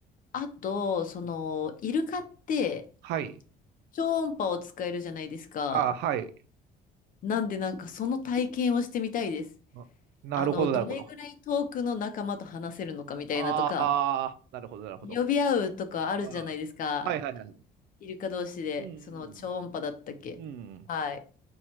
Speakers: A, on the left; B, on the right.
A: あと、その、イルカって、
B: はい。
A: 超音波を使えるじゃないですか。
B: ああ、はい。
A: なんで、なんか、その体験をしてみたいです。
B: あなるほど、
A: あの、どれぐらい遠くの仲間と話せるのかみたいなとか、
B: なるほど。ああ、なるほど、なるほど。
A: 呼び合うとかあるじゃないですか。
B: あはいはいはいはい。
A: イルカ同士で、
B: うん、
A: その超音波だったっけ。
B: うん、うん。
A: はい。